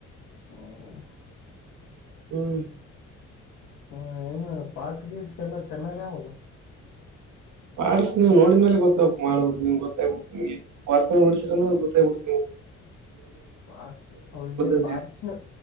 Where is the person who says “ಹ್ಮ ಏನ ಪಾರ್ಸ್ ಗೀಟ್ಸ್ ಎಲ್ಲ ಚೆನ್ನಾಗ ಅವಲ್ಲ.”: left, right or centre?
Left